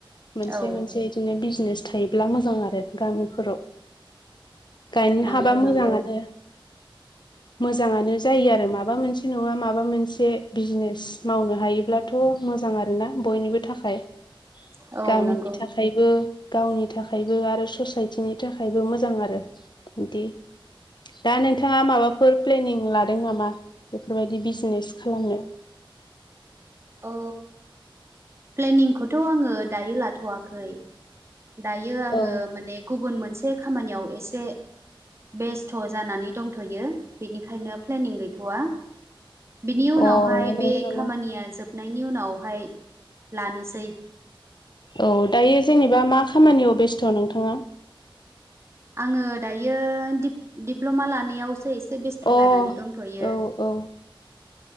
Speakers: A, on the left (about 55°); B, on the right (about 30°).
A: मोनसे
B: औ
A: मोनसे बिदिनो बिस नेस थायोब्ला मोजां आरो गामिफोराव। गायनो
B: नंगौ
A: हाबा
B: नंगौ
A: मोजाङानो।
B: <inaudible>
A: मोजाङानो जायो आरो माबा मोनसे नङा माबा मोनसे बिजनेस मावनो हायोब्लाथ' मोजां आरोना बयनिबो थाखाय
B: औ
A: गामिनि
B: नंगौ
A: थाखायबो गावनि थाखायबो आरो ससायटिनि थाखायबो मोजां आरो बिदि दा नोंथाङा माबाफोर प्लेनिं लादों नामा बेफोरबायदि बिजनेस खालामनो?
B: <inaudible> औ प्लेनिंखौथ' आङो दायो लाथ'वाखै। दायो आङो
A: औ
B: माने गुबुन मोनसे खामानियाव एसे बेस्थ' जानानै दंथ'यो बेनिखायनो प्लेनिं गैथ'वा। बिनि उनावहाय
A: अ नंगौ
B: बे
A: नामा
B: खामानिया जोबनायनि उनावहाय लानोसै।
A: औ दायो जेनेबा मा खामानियाव बेस्थ' नोंथाङा?
B: आङो दायो दिप दिप्ल'मा लानायावसो एसे एसे बेस्थ'
A: अ
B: जानानै दंथ'यो।
A: औ औ